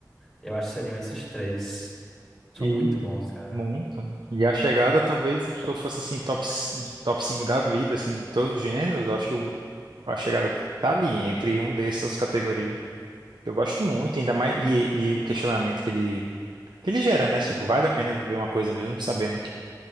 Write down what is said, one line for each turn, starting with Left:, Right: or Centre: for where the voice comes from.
Centre: Eu acho que seriam esses três. São
Right: E
Centre: muito bons, cara.
Right: muito. E a chegada, talvez, se eu fosse assim, top, c- top 5 da vida, assim, de todos os gêneros, eu acho que o- a chegada tá ali, entre um dessas categorias. Eu gosto muito, ainda mais, e, e o questionamento que ele, que ele gera, né? Tipo, vale a pena viver uma coisa mesmo sabendo